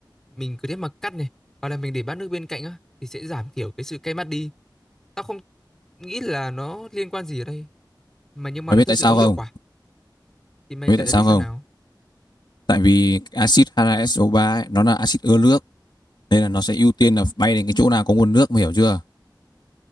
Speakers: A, in the centre; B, on the left (about 65°).
A: mình cứ thế mà cắt này hoặc là mình để bát nước bên cạnh á thì sẽ giảm thiểu cái sự cay mắt đi tao không nghĩ là nó liên quan gì ở đây mà nhưng mà
B: mày
A: nó
B: biết
A: thực
B: tại
A: sự
B: sao
A: có hiệu
B: không
A: quả thì mày
B: mày
A: cần
B: biết tại
A: giải
B: sao
A: thích xem
B: không
A: nào
B: tại vì axit H2SO3 ấy, nó là axit ưa nước nên là nó sẽ ưu tiên là bay đến cái chỗ nào có nguồn nước mày hiểu chưa